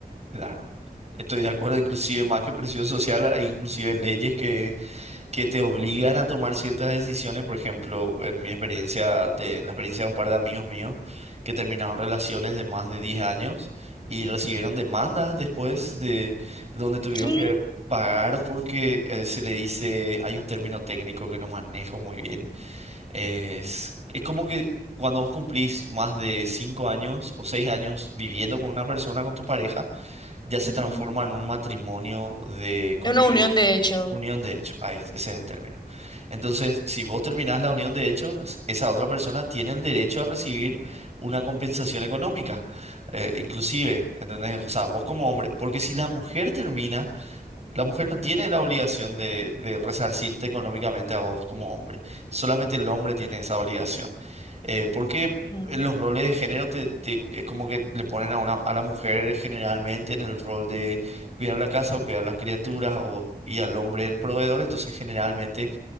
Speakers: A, on the right (about 40°); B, on the left (about 25°).
A: Claro, estoy de acuerdo, inclusive más que presión social, hay inclusive leyes que, que te obligan a tomar ciertas decisiones, por ejemplo, en mi experiencia, de, la experiencia de un par de amigos míos que terminaron relaciones de más de 10 años y recibieron demandas después de donde tuvieron
B: ¿Qué?
A: que pagar porque eh, se le dice, hay un término técnico que no manejo muy bien, Es, es como que cuando vos cumplís más de cinco años o seis años viviendo con una persona, con tu pareja, ya se
B: Ujú.
A: transforma en un matrimonio de convivencia.
B: Es una unión, de hecho.
A: Unión de hecho, ahí, ese es el término. Entonces, si vos terminás la unión de hecho, esa otra persona tiene el derecho a recibir una compensación económica, eh, inclusive, ¿entendés? O sea, vos como hombre, porque si la mujer termina, la mujer no tiene la obligación de, de resarcirte económicamente a vos como hombre. Solamente el hombre tiene esa obligación. Eh, porque
B: Ujú.
A: los roles de género te, te- es como que le ponen a, una, a la mujer generalmente en el rol de cuidar la casa o cuidar las criaturas o, y al hombre en proveedor. Entonces generalmente